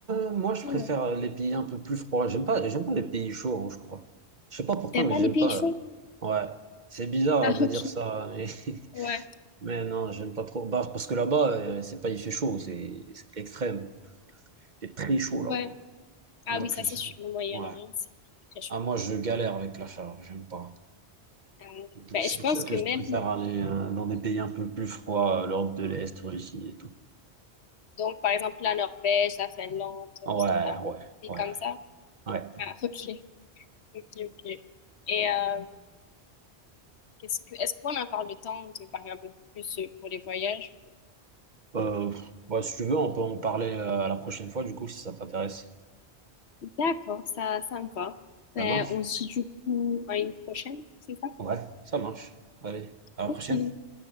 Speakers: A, on the right; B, on the left.
A: euh, moi, je
B: Voilà.
A: préfère les pays un peu plus froids. J'aime pas, j'aime pas les pays chauds, hein, je crois. Je sais pas pourquoi,
B: T'aimes
A: mais
B: pas
A: j'aime
B: les pays
A: pas.
B: chauds?
A: Ouais, c'est bizarre
B: Ah
A: de
B: ok.
A: dire ça, mais, <laughs>
B: Ouais,
A: mais non, j'aime pas trop. Bah, parce que là-bas, euh, c'est pas, il fait chaud, c'est c'est l'extrême. Il fait très chaud
B: ouais.
A: là-bas.
B: Ah
A: Donc,
B: oui, ça
A: je-
B: c'est sur le Moyen-Orient,
A: ouais.
B: c'est très chaud.
A: Ah, moi, je galère avec la chaleur, j'aime pas.
B: Euh,
A: Donc,
B: ben,
A: C'est
B: je
A: pour
B: pense
A: ça que
B: que
A: je
B: même,
A: préfère aller euh, dans des pays un peu plus froids, euh, l'Europe de l'Est, Russie et tout.
B: donc par exemple la Norvège, la Finlande, tout
A: Ouais,
B: ça,
A: ouais,
B: et
A: ouais,
B: comme ça.
A: ouais.
B: Ah <laughs> ok, ok, ok. Et euh, qu'est-ce que, est-ce qu'on a encore le temps de parler un peu plus euh, pour les voyages?
A: Euh, ouais, si tu veux, on peut en parler euh, à la prochaine fois, du coup, si ça t'intéresse.
B: D'accord, ça, ça me va. Ben,
A: Ça marche?
B: on se dit du coup à une prochaine, c'est ça?
A: Ouais, ça marche. Allez, à la
B: Ok,
A: prochaine.